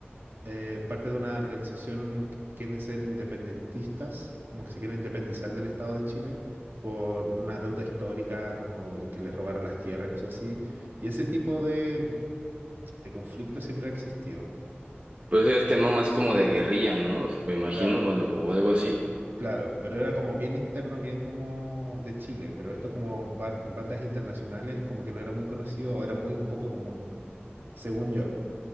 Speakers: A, on the right (about 55°); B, on the right (about 35°).
A: eh, parte de una organización que quieren ser independentistas, como que se quieren independizar del Estado de Chile por una deuda histórica, como que les robaron las tierras y cosas así. Y ese tipo de, de conflicto siempre ha existido.
B: Pues es tema más como de guerrilla, ¿no? O sea, Me imagino,
A: Claro.
B: o algo o algo así.
A: Claro, pero era como bien interno, bien como de Chile, pero esto como ba- bandas internacionales como que no era muy conocido o era muy poco común, según yo.